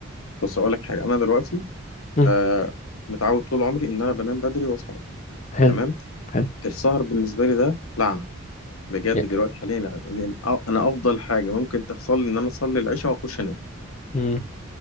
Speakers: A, on the left; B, on the left.
A: بص اقول لك حاجه انا دلوقتي
B: مم.
A: آه متعود طول عمري ان انا بنام بدري واصحى بدري
B: حلو
A: تمام
B: حلو
A: السهر بالنسبه لي ده لعنه بجد
B: يا-
A: دلوقتي حاليا يعني يعني أ- انا افضل حاجه ممكن تحصل لي ان انا اصلي العشاء واخش انام
B: مم.